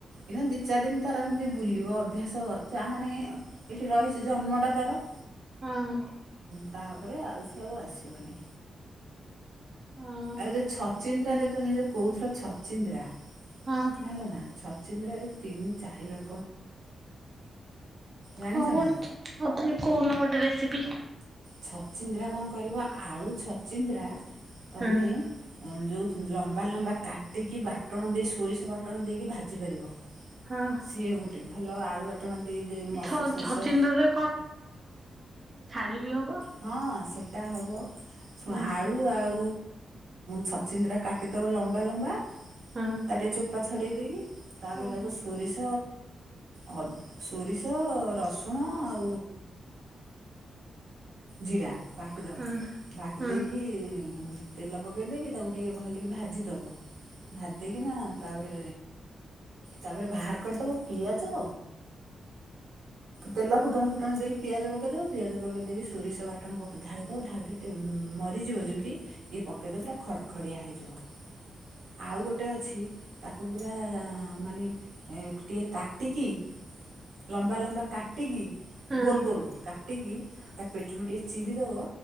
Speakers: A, on the right (about 90°); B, on the right (about 30°).
A: ଏଇନା ଦି ଚାରି ଦିନ ତାର ଏମତି ବୁଲିବ ଅଭ୍ୟାସ ଯହାନେ ଏଇଠି ରହିଛି ଜନ୍ମଟା ତାର
B: ହଁ
A: ତାପରେ ଆଉ ସେ ଆଉ ଆସିବନି।
B: ହଁ
A: ଆଉ ଯୋଉ ଛଚିନ୍ଦ୍ରାରେ ତମେ ଯୋଉ କହୁଥିଲ ଛଚିନ୍ଦ୍ରା
B: ହଁ
A: ଜାଣଲନା। ଛଚିନ୍ଦ୍ରା ରେ ତିନି ଚାରି ଲ ଜାଣିଛ
B: ହଁ
A: ନା
B: ଆଉ ତା କହୁନ ଗୋଟେ ରେସିପି।
A: ଛଚିନ୍ଦ୍ରା କଣ କରିବ ଆଳୁ ଛଚିନ୍ଦ୍ରା ତମେ
B: ହୁଁ
A: ଯେଉଁ ଲ ବା ଲମ୍ବା କାଟିକି ବାଟଣ ଦେଇ ସୋରିଷ ବାଟଣ ଦେଇକି ଭାଜିପାରିବ।
B: ହଁ
A: ସିଏ ଗୋଟେ ଭଲ ଆଳୁ ବାଟଣ ଦେ ଦେ
B: ଛ
A: ସୋରିଷ
B: ଛଚିନ୍ଦ୍ରରେ ଏ ବି ହବ
A: ହଁ ସେ ଟା ହବ
B: ହୁଁ
A: ଆଳୁ ଆଉ ଛଚିନ୍ଦିା କାଟିଦେବ ଲମ୍ବା ଲମ୍ବା
B: ହୁଁ
A: ତାଟେ ଚୋପା ଛଡ଼େଇ ଦେଇକି ତାପରେ
B: ହୁଁ
A: ତାକୁ ସୋରିଷ ଅ ସୋରିଷ ରସୁଣ ଆଉ ଜିରା ବାଟିଦବ
B: ହୁଁ
A: ବାଟି
B: ହୁଁ
A: ଦେଇକି ଉଁ ତେଲ ପକେଇ ଦେଇକି ତାକୁ ଟିକେ ଭଲିକି ଭାଜି ଦବ ଭାଜି ଦେଇକି ନା ତାପରେ ତାପରେ ବାହାର କରିଦବ ପିଆଜ ତେଲ ଫୁଟଣ ଫୁଟଣ ଦେଇକ ପିଆଜ ପକେଇଦବ ପିଆଜ ପକେଇ ଦେଇକି ସୋରିଷ ବାଟଣ ପକ୍ ଢାଳିଦବ ଢାଳି ଦେଇକ ଟିକେ ମରିଯିବ ଯେମିତି ଇଏ ପକେଇଦବ ପୁରା ଖଡ଼ଖଡ଼ିଆ ହେ ଯିବ ଆ ଆଉ ଗୋଟେ ଅଛି ତାକୁ ପୁରା ମାନେ ଟିକିଏ କାଟିକି ଲମ୍ବା ଲମ୍ବା କାଟିିକି
B: ଏମିତି
A: ଗୋଲ ଗୋଲ କାଟିିକି ତା ପେଟରୁ ଟିକେ ଚିରିଦବ